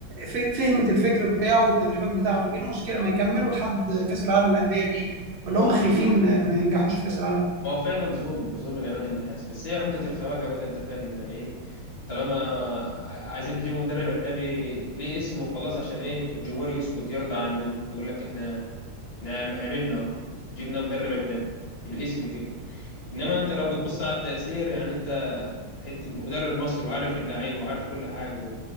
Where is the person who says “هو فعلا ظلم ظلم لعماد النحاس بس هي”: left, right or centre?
Left